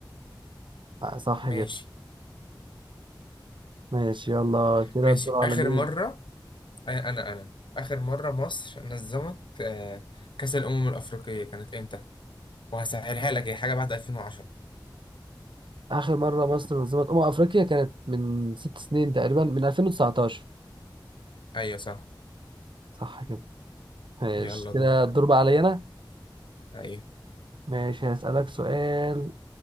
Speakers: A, on the right; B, on the left.
A: آه صح
B: ماشي
A: كده ماشي يلا كده
B: ماشي
A: الدور على
B: آخر
A: مين؟
B: مرة أنا أنا أنا آخر مرة مصر نظمت آه، كأس الأمم الأفريقية كانت إمتى؟ وهسهلها لك هي حاجة بعد 2010
A: آخر مرة مصر نظمت أمم أفريقيا كانت من ست سنين تقريبا من 2019
B: أيوة صح
A: صح كده ماشي
B: يلا
A: كده
B: دور
A: الدور بقى عليا انا
B: أيوة
A: ماشي هسألك سؤال